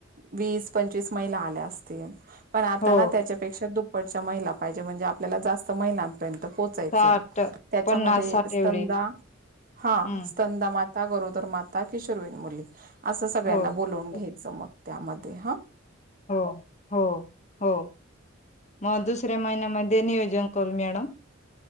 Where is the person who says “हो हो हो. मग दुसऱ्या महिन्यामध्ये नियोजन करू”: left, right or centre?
Left